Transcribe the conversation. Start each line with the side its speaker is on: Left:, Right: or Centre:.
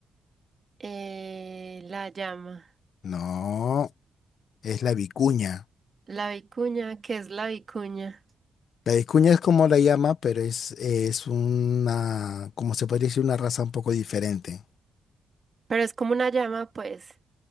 Right: eh, la llama,
Left: No, es la vicuña.
Right: la vicuña, ¿qué es la vicuña?
Left: La vicuña es como la llama, pero es, es una, como se podría decir, una raza un poco diferente.
Right: Pero es como una llama, pues.